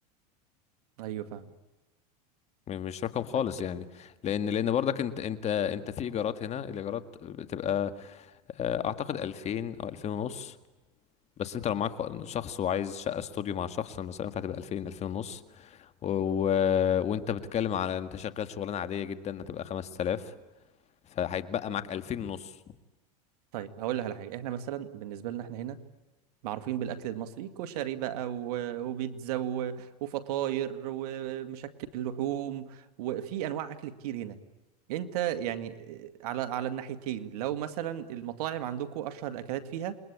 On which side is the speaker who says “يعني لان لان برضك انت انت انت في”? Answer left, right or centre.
Left